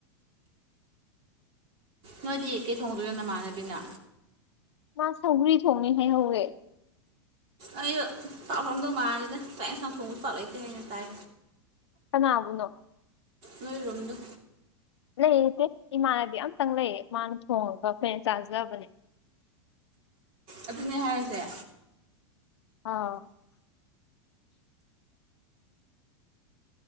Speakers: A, on the right (about 45°); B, on the left (about 75°).
A: ꯅꯣꯏꯗꯤ ꯀꯩ ꯊꯣꯡꯗꯣꯏꯅꯣ ꯅꯃꯥꯟꯅꯕꯤꯅ
B: ꯃꯥ ꯁꯒꯔꯤ ꯊꯅꯤ ꯍꯥꯏ ꯍꯦ
A: ꯑꯩ ꯄꯥꯛꯂꯝꯗꯧ ꯃꯥꯜꯂꯦꯗ ꯇꯥꯛ ꯌꯦꯟꯁꯥꯡ ꯊꯣꯡꯕ ꯄꯥꯛꯂꯇꯦ ꯍꯥꯏꯅ ꯇꯥꯏ
B: ꯀꯅꯥꯕꯨꯅꯣ
A: ꯂꯣꯏꯔꯣꯝꯗꯣ
B: ꯂꯩꯌꯦꯦ ꯏꯃꯥꯟꯅꯕꯤ ꯑꯃꯇꯪ ꯂꯩꯌꯦ ꯃꯥꯅ ꯊꯣꯡꯉꯒ ꯐꯣꯔꯦꯟ ꯆꯥꯖꯕꯅꯦ
A: ꯑꯗꯨꯅꯦ ꯍꯥꯏꯔꯁꯦ
B: ꯑꯥ